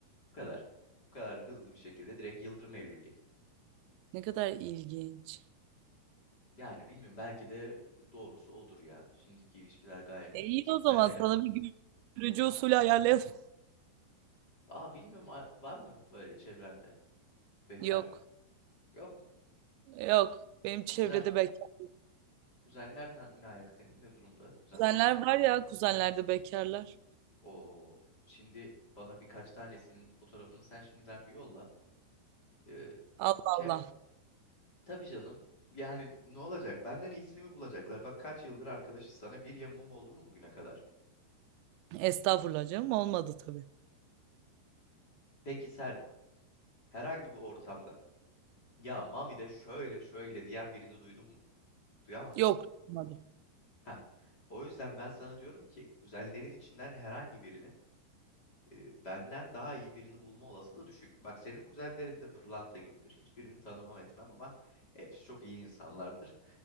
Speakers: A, on the left (about 20°); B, on the right (about 85°).
A: Bu kadar. Bu kadar hızlı bir şekilde direkt yıldırım evliliği.
B: Ne kadar ilginç.
A: Yani bilmiyorum belki de doğrusu odur ya. Şimdiki ilişkiler gayet
B: E iyi
A: sık
B: o zaman
A: mesela.
B: sana bir görücü usulü ayarlayalım.
A: Aa bilmiyorum a- var mı böyle çevrende bekar?
B: Yok.
A: Yok mu?
B: Yok. Benim çevrede
A: Kuzen
B: bekar.
A: kuzenler ne, ne ayak senin ne durumda? Kuzen
B: Kuzenler
A: var mı?
B: var ya kuzenlerde bekarlar.
A: O şimdi bana birkaç tanesinin fotoğrafını sen şimdiden bir yolla. Ee,
B: Allah
A: şey
B: Allah.
A: yap. Tabii canım. Yani ne olacak? Benden iyisini mi bulacaklar? Bak kaç yıldır arkadaşız sana bir yamuğum oldu mu bugüne kadar?
B: Estağfurullah canım. Olmadı tabii.
A: Peki sen herhangi bir ortamda ya Mami de şöyle şöyle diyen birini duydun mu? Duyamazsın.
B: Yok. Olmadı.
A: Heh. O yüzden ben sana diyorum ki kuzenlerin içinden herhangi birinin e, benden daha iyi birini bulma olasılığı düşük. Bak senin kuzenlerin de pırlanta gibidir. Hiçbirini tanımam etmem ama hepsi çok iyi insanlardır.